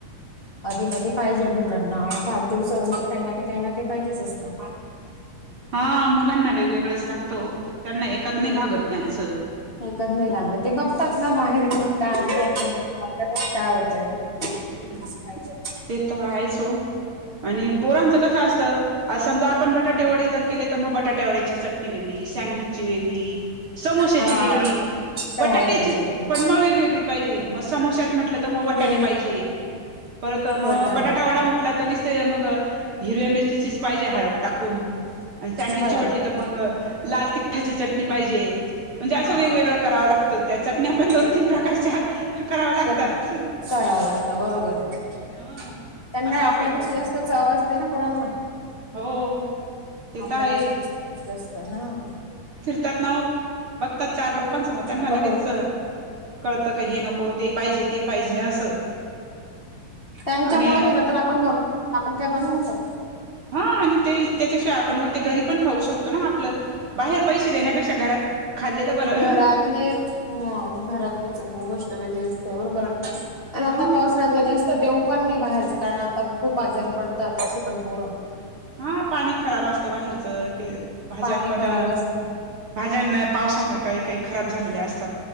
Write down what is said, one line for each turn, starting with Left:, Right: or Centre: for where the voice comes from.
Left: आधी मधी ‌ पाहिजे मुलांना <unintelligible> ‌काई‌ना काईना काई पाहिजेच असतं.
Right: हा मुलांना वेगवेगळ्यच लागत. हो. त्यांना एकात
Left: वेगळं
Right: नाई भागत त्यांचं
Left: एकच नाही
Right: ‌.
Left: <unintelligible>
Right: हम्म.
Left: पाहिजे.
Right: ते तर हायच हो आणि पोरांचं कसं आसत, अ समजा आपण बटाटे वडे जर केले तर बटाटा वड्याची चटणी वेगळी. सँडविच ची वेगळी, समोशाची
Left: हा
Right: वेगळी,
Left: समोसाची
Right: बटाटाचीच
Left: वेगळी
Right: पण मग वेगवेगळी पाहिजे. मग समोशात म्हटलं तर वटाने
Left: वेगळी
Right: पाहिजे. परत मग
Left: वटाणे
Right: बटाटा
Left: बाय
Right: वडा म्हटलंत तर निसते मग हिरव्या मिरचीचीच पाहिजे हळद टाकून. अन सँडविची
Left: हळद
Right: म्हटली
Left: टाक
Right: तर मग लाल तिखटाची चटणी पाहिजे. म्हणजे असं
Left: हा
Right: वेगवेगळं करावं लागतं. त्या चटण्या पन दोन-तीन
Left: वेगवेगळे
Right: प्रकारच्या कराव्या लागतात.
Left: प्रकार करावं लागता बरोबर हाय.
Right: ह
Left: त्यांना
Right: असं असतं
Left: आपल्यापेक्षा
Right: पोर
Left: जास्त चाव असते ना पोरांना.
Right: हो ते
Left: आपल्यापेक्षा
Right: तर आहेच
Left: जास्त हा.
Right: त्यात नाओ बघतात चार लोक <unintelligible> त्यांना
Left: बरोबर
Right: लगेच कळतं का हे नको, ते पाहिजे, ते पाहिजे असं.
Left: त्यांच्यामुळे
Right: आणि
Left: खरं तर आपण बनवतो. आपण काय बनवत होतो.
Right: हा आणि ते त्याच्याशिवाय आपण ते घरी पण खाऊ शकतो ना आपलं बाहेर पैशे देण्यापेक्षा घरात खाल्लेलं बरं
Left: घरातली हो घरातलीच गोष्ट वेगळी असते बरोबर अ. अन आता
Right: हा
Left: पावसाळ्यात वेगळाच त‌र देऊ पन नई बाहेरचं करणार. खूप आजारी पडता अशे पन पोरं.
Right: हा पाणी खराब असतं बाहेरचं ते‌ भाजार
Left: पाणी
Right: पन
Left: खराब असतं
Right: भाज्यांना पावसामुळे काई काई खराब झालेल्या असतात.